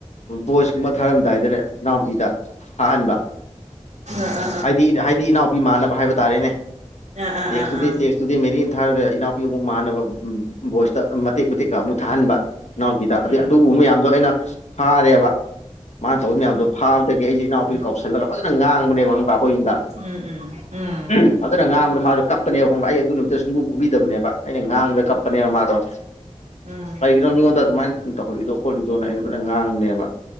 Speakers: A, on the left; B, on the right.
A: ꯕꯣꯏꯁ ꯀꯨꯝꯕ ꯊꯥꯔꯝꯗꯥꯏꯗꯅꯦ ꯏꯅꯥꯎꯄꯤꯗ ꯊꯥꯍꯟꯕ
B: ꯑꯥ
A: ꯍꯥꯏꯗꯤ ꯍꯥꯏꯗꯤ ꯏꯅꯥꯎꯄꯤ ꯃꯥꯟꯅꯕ ꯍꯥꯏꯕ ꯇꯥꯔꯦꯅꯦ
B: ꯑꯥ ꯑꯥ
A: ꯇꯦꯛꯁꯇꯨꯗꯤ
B: ꯑꯥ
A: ꯇꯦꯛꯁꯇꯨꯗꯤ ꯃꯦꯔꯤꯟ ꯊꯥꯔꯒ ꯏꯅꯥꯎꯄꯤ ꯑꯃꯨꯛ ꯃꯥꯟꯅꯕ ꯚ ꯚ ꯚꯣꯏꯁꯇ ꯃꯇꯦꯛ ꯃꯇꯦꯛ ꯇ ꯑꯃꯨꯛ ꯊꯥꯍꯟꯕ ꯏꯅꯥꯎꯅꯨꯄꯤꯗ
B: ꯎꯝ ꯎꯝ
A: ꯑꯗꯩ
B: ꯎꯝ ꯎꯝ
A: ꯑꯗꯨ ꯎꯕ ꯃꯌꯥꯝꯗꯣ ꯑꯩꯅ ꯐꯥꯔꯦꯕ ꯃꯥꯅ ꯇꯧꯔꯤ ꯃꯌꯥꯝꯗꯣꯥ ꯐꯥ ꯑꯗꯒꯤ ꯑꯩꯗꯤ ꯏꯅꯥꯎꯄꯤ
B: ꯎꯝ
A: ꯀꯧꯁꯜꯂꯒ ꯐꯖꯅ ꯉꯥꯡ <unintelligible> ꯈꫭꯏ ꯌꯨꯝꯗ
B: ꯎꯝ ꯎꯝ ꯎꯝ
A: ꯎꯟ ꯐꯖꯅ ꯉꯥꯡ ꯃꯥꯗꯨ ꯀꯞꯄꯅꯦꯕ ꯈꯪꯕ꯭ꯔꯥ ꯑꯩ ꯑꯗꯨ ꯅꯨꯃꯤꯠꯇ ꯁꯨꯡꯐꯨ ꯐꯨꯕꯤꯗꯕꯅꯦꯕ ꯉꯥꯡꯕꯗ ꯀꯝꯄꯅꯦ ꯃꯥꯗꫭ
B: ꯎꯝ ꯎꯝ
A: ꯀꯩꯒꯤꯅꯣ ꯃꯤꯉꯣꯟꯗ ꯑꯗꯨꯃꯥꯏꯅ ꯇꯧꯈꯠꯂꯤꯗꯣ ꯈꯣꯠꯂꯤꯗꯣꯅ ꯑꯩꯅ ꯐꯖꯅ ꯉꯥꯡꯕꯅꯦꯕ꯫